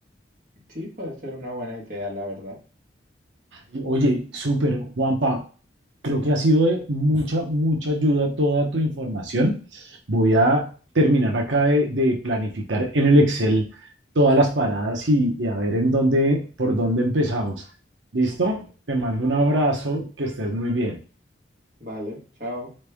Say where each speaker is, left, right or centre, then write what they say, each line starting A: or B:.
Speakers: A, on the right; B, on the right.
A: Sí, puede ser una buena idea, la verdad.
B: Y, Oye, súper, Juanpa. Creo que ha sido de mucha, mucha ayuda toda tu información. Voy a terminar acá de, de planificar en el Excel todas las paradas y, y a ver en dónde, por dónde empezamos. ¿Listo? Te mando un abrazo, que estés muy bien.
A: Vale, chao.